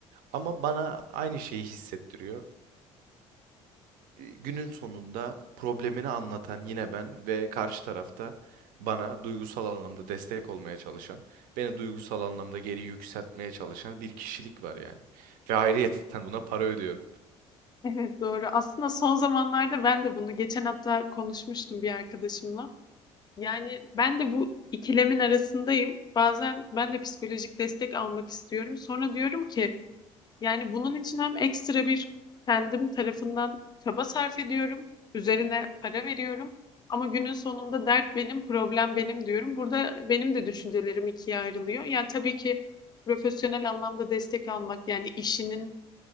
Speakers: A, on the right; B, on the left.
A: Ama bana aynı şeyi hissettiriyor e, günün sonunda problemini anlatan yine ben ve karşı tarafta bana duygusal anlamda destek olmaya çalışan, beni duygusal anlamda geri yükseltmeye çalışan bir kişilik var yani. Ve ayrıyeten buna para ödüyorum.
B: Evet doğru. Aslında son zamanlarda ben de bunu geçen hafta konuşmuştum bir arkadaşımla. Yani ben de bu ikilemin arasındayım. Bazen ben de psikolojik destek almak istiyorum. Sonra diyorum ki yani bunun için hem ekstra bir kendim tarafından çaba sarf ediyorum. Üzerine para veriyorum. Ama günün sonunda dert benim, problem benim diyorum. Burada benim de düşüncelerim ikiye ayrılıyor. Yani tabii ki profesyonel anlamda destek almak yani işinin